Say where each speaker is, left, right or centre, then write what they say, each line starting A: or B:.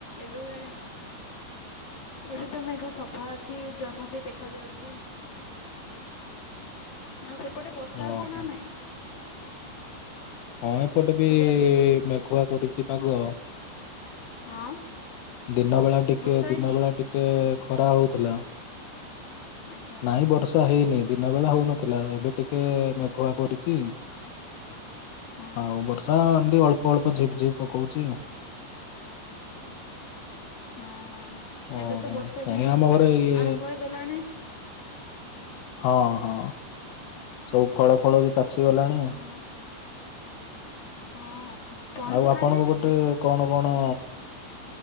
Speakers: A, on the left; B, on the left.
A: ଏବେ ଏବେ ତ ମେଘ ସଫା ଅଛି ଜହ୍ନ ବି ଦେଖ ଦେଖ ଯାଉଛି ଆଉ ସେ ଏପଟେ ବର୍ଷା ହଉଛି
B: ଓହୋ
A: ନା ନାଇଁ
B: ହଁ ଏପଟେ ବି
A: ସେପଟେ
B: ମେଘୁଆ କରିଛି ପାଗ ଆ
A: ହଁ
B: ଦିନ ବେଳା ଟିକେ
A: ବର୍ଷା ହେଇନି
B: ଦିନ ବେଳା ଟିକେ ଖରା ହଉଥିଲା
A: ଆଚ୍ଛା ଆଚ୍ଛା
B: ନାଇଁ ବର୍ଷା ହେଇନି ଦିନ ବେଳା ହଉନଥିଲା ଏବେ ଟିକେ ମେଘୁଆ କରିଚି
A: ହଁ
B: ହ
A: ହଁ
B: ବର୍ଷାଳ <unintelligible> ଅଳ୍ପ ଝିପ୍ ଝିପ୍ ପକଉଛି
A: ହଁ
B: ଓହୋ
A: ଏବେ ତ ବର୍ଷା
B: ନାଇଁ
A: ଦିନ
B: ଆମ ଘରେ ଇଏ
A: ଆରମ୍ଭ ହେଇଗଲାଣି
B: ହଁ ହଁ ଆଉ ଫଳ ଫଳ ବି ପାଚ ଗଲାଣି
A: ହଁ ହଁ ପଣସ
B: ଆଉ
A: ଖାଇଲେ
B: ଆପଣଙ୍କ
A: ନା
B: ଗଟେ
A: ନାଇଁ
B: କଣ କଣ